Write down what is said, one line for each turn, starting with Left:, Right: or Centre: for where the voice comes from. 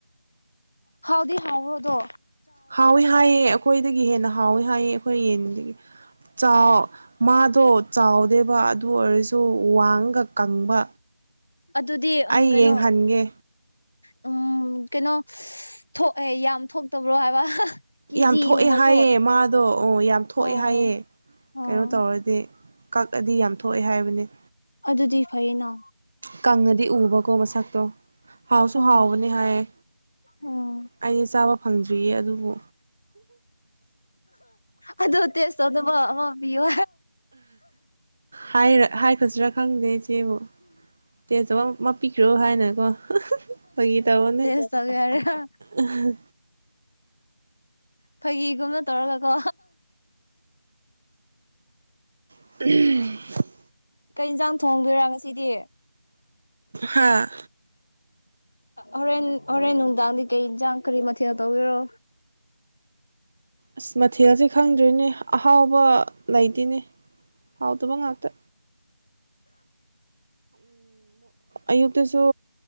Left: ꯍꯥꯎꯗꯤ ꯍꯥꯎꯕꯗꯣ
Right: ꯍꯥꯎꯋꯤ ꯍꯥꯏꯌꯦ ꯈꯣꯏꯗꯒꯤ ꯍꯦꯟꯅ ꯍꯥꯎꯋꯦ ꯍꯥꯏꯌꯦ ꯑꯩꯈꯣꯏ ꯌꯦꯟꯗꯒꯤ ꯆꯥꯡꯎ ꯃꯥꯗꯣ ꯆꯥꯎꯗꯦ ꯑꯗꯨ ꯑꯣꯏꯔꯖꯨ ꯋꯥꯡꯒ ꯀꯪꯕ
Left: ꯑꯗꯨꯗꯤ ꯎꯝ
Right: ꯑꯩ
Left: ꯀꯩꯅꯣ
Right: ꯌꯦꯡꯍꯟꯒꯦ
Left: ꯎꯝ ꯀꯩꯅꯣ ꯊꯣꯛꯑꯦ ꯌꯥꯝ ꯊꯣꯛꯇꯕ꯭ꯔꯣ ꯍꯥꯏꯕ ꯀꯦꯖꯤꯒꯨꯝꯕꯀꯣ
Right: ꯌꯥꯝ ꯊꯣꯛꯑꯦ ꯍꯥꯏꯑꯦ ꯃꯥꯗꯣ ꯑꯣ ꯌꯥꯝ ꯊꯣꯛꯑꯦ
Left: ꯑꯣ
Right: ꯍꯥꯏꯌꯦꯦ
Left: ꯑꯣ
Right: ꯀꯩꯅꯣ ꯇꯧꯔꯗꯤ ꯀꯛꯑꯗꯤ ꯌꯥꯝ ꯊꯣꯛꯑꯦ ꯍꯥꯏꯕꯅꯤ
Left: ꯑꯗꯨꯗꯤ ꯐꯩꯌꯦꯅ
Right: ꯀꯪꯉꯗꯤ ꯎꯕꯀꯣ ꯃꯁꯛꯇꯣ ꯍꯥꯎꯁꯨ
Left: ꯑꯣ
Right: ꯍꯥꯎꯕꯅꯦ ꯍꯥꯏꯌꯦ
Left: ꯎꯝ
Right: ꯑꯩ ꯆꯥꯕ ꯐꯪꯗ꯭ꯔꯤꯌꯦ ꯑꯗꯨꯕꯨ
Left: ꯑꯗꯨ ꯇꯁ ꯇꯧꯗꯕ ꯑꯃ ꯄꯤꯌꯣ
Right: ꯍꯥꯏꯈ꯭ꯔꯁꯤꯔꯥ ꯈꯪꯗꯦ ꯏꯆꯦꯕꯨ ꯇꯦ ꯆꯧꯑꯣ ꯑꯃ ꯄꯤꯈ꯭ꯔꯣ ꯍꯥꯏꯅꯀꯣ ꯐꯒꯤ ꯇꯧꯕꯅꯦ
Left: ꯇꯦꯁ ꯇꯧꯒꯦ ꯍꯥꯏꯔ
Right: ꯎꯝ
Left: ꯐꯒꯤꯒꯨꯝꯅ ꯇꯧꯔꯒꯀꯣ
Right: ꯎ
Left: ꯀꯩ ꯑꯤꯟꯖꯡ ꯊꯣꯡꯗꯣꯏꯔꯥ ꯉꯁꯤꯗꯤ
Right: ꯍꯥꯥ
Left: ꯍꯣꯔꯦꯟ ꯍꯣꯔꯦꯟ ꯅꯨꯡꯗꯥꯡꯗꯤ ꯀꯩ ꯑꯤꯟꯖꯥꯡ ꯀꯔꯤ ꯃꯊꯦꯜ ꯇꯧꯒꯦꯔꯣ
Right: ꯑꯁ ꯃꯊꯦꯜꯁꯦ ꯈꯪꯗ꯭ꯔꯦꯅꯦ ꯑꯍꯥꯎꯕ ꯂꯩꯇꯦꯅꯦ ꯍꯥꯎꯇꯕ ꯉꯥꯛꯇ ꯑꯌꯨꯛꯇꯁꯨ